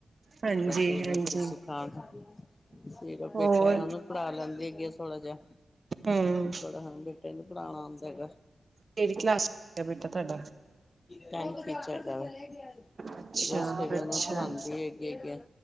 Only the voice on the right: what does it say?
ਹਾਂਜੀ
ਹਾਂਜੀ
ਹੋਰ
ਹਮ
ਕਿਹੜੀ ਕਲਾਸ ਚ ਬੇਟਾ ਤੁਹਾਡਾ
ਅੱਛਾ
ਅੱਛਾ